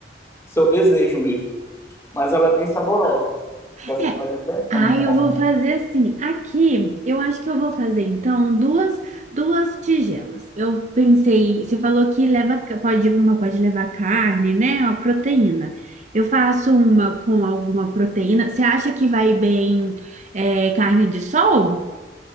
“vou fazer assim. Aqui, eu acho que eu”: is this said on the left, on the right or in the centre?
Right